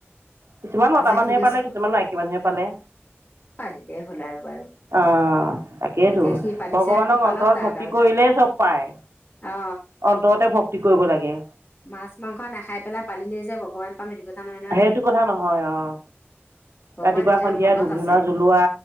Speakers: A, on the right; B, on the left.
A: কিছুমান
B: তাৰপিছত
A: মতা মানুহে
B: সি কৈছে
A: পালে কিছুমান মাইকী মানুহে পালে।
B: পালিলেই হ'ল আৰু বাৰু
A: অ তাকেইতো
B: এতিয়া সি পালিছে
A: ভগৱানক
B: সি পালক
A: অন্তৰত
B: তাক
A: ভৰ্তি
B: আৰু
A: কৰিলেই চব পায়।
B: অ
A: অন্তৰত এ ভক্তি কৰিব লাগে।
B: মাছ, মাংস নাখাই পেলাই, পালিলে যে ভগৱান পাম সেইটো কথা নহয় নহয়
A: সেইটো কথা নহয় আহ।
B: ভগৱান
A: ৰাতিপুৱা-সন্ধিয়া
B: নিজৰ মনত
A: ধূপ-ধূনা
B: আছে
A: জ্বলোৱা